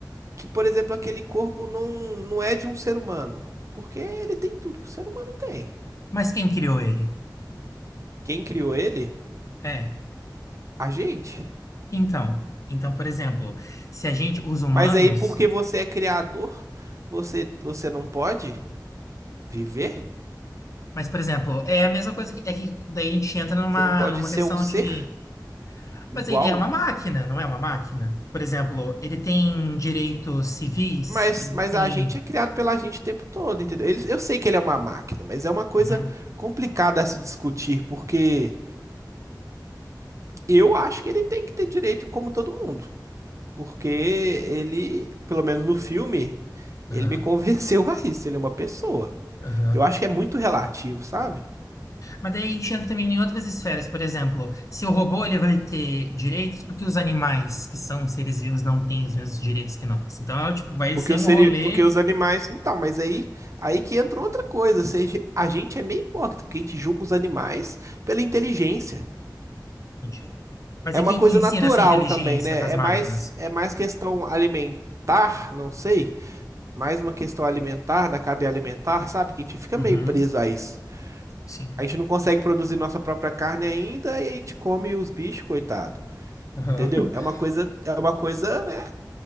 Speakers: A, on the right; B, on the left.
A: que, por exemplo, aquele corpo não, não é de um ser humano? Porque ele tem tudo que o ser humano tem.
B: Mas quem criou ele?
A: Quem criou ele?
B: É,
A: A gente.
B: então, então, por exemplo, se a gente, os humanos,
A: Mas aí, porque você é criador, você, você não pode viver?
B: mas, por exemplo, é a mesma coisa que, é que daí a gente entra numa,
A: Você não pode
B: numa
A: ser
B: questão
A: um ser
B: de,
A: igual?
B: mas ele é uma máquina, não é uma máquina? Por exemplo, ele tem direitos civis,
A: Mas,
B: ele
A: mas
B: tem,
A: a gente é criado pela gente o tempo todo, entendeu? Ele- eu sei que ele é uma máquina, mas é uma coisa
B: uhum,
A: complicada a se discutir, porque eu acho que ele tem que ter direito como todo mundo. Porque ele, pelo menos no filme, ele
B: aham,
A: me convenceu <laughs> a isso. Ele é uma pessoa.
B: aham.
A: Eu acho que é muito relativo, sabe?
B: Mas daí a gente entra também em outras esferas, por exemplo, se o robô ele vai ter direitos, porque os animais que são seres vivos não têm os mesmos direitos que nós? Então, é, tipo, vai
A: Porque
B: ser
A: os,
B: um
A: seri...
B: rolê,
A: porque os animais. Então, mas aí, aí que entra outra coisa. Ou Seja, a gente é meio hipócrita, porque a gente julga os animais pela inteligência.
B: Entendi. Mas
A: É
B: é
A: uma
B: quem
A: coisa
B: que ensina
A: natural
B: essa inteligência
A: também, né?
B: para as
A: É
B: máquinas?
A: mais, é mais questão alimentar, não sei. Mais uma questão alimentar, da cadeia alimentar, sabe? Que a gente fica
B: Uhum,
A: meio preso a isso.
B: sim.
A: A gente não consegue produzir nossa própria carne ainda e a gente come os bichos, coitado.
B: Aham.
A: Entendeu? É
B: <laughs>
A: uma coisa, é uma coisa, né,